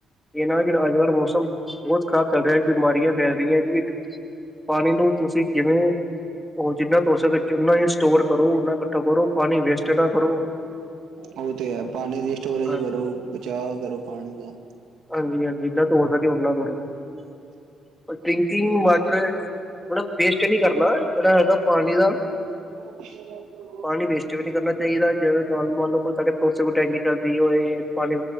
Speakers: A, in the centre; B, on the right (about 80°).
A: ਇਹ ਨਾ ਜਿਹੜਾ ਅੱਜ ਕੱਲ੍ਹ ਮੌਸਮ। ਬਹੁਤ ਖ਼ਰਾਬ ਚੱਲ ਰਿਹਾ ਬਿਮਾਰੀਆਂ ਫੈਲ ਰਹੀਆਂ ਜੀ। ਪਾਣੀ ਨੂੰ ਤੁਸੀਂ ਜਿਵੇਂ ਉਹ ਜਿੰਨਾ ਹੋ ਸਕੇ ਓਨਾ ਹੀ ਸਟੋਰ ਕਰੋ ਓਨਾ ਇਕੱਠੋ ਕਰੋ। ਪਾਣੀ ਵੇਸਟ ਨਾ ਕਰੋ।
B: ਓਹ ਤੇ ਹੈ ਪਾਣੀ ਸਟੋਰਜ
A: ਹਾਂਜੀ,
B: ਕਰੋ। ਬਚਾਅ ਕਰੋ ਪਾਣੀ ਦਾ।
A: ਹਾਂਜੀ ਹਾਂਜੀ ਤੋੜ ਨਾ ਓਹਨਾ ਕੋਲ ਪਰ ਡਰਿੰਕਿੰਗ ਵਾਟਰ ਮਤਲਬ ਵੇਸਟ ਨਹੀਂ ਕਰਨਾ ਜਿਹੜਾ ਹੈਗਾ ਪਾਣੀ ਦਾ
B: <unintelligible>
A: ਪਾਣੀ ਵੇਸਟ ਵੀ ਨੀ ਕਰਨਾ ਚਾਹੀਦਾ ਜਿਵੇ ਮੰਨ ਲਓ ਕੋਈ ਸਾਡੇ ਪੜੋਸੀਆ ਦੀ ਕੋਈ ਟੈਂਕੀ ਚੱਲਦੀ ਹੋਏ। ਪਾਣੀ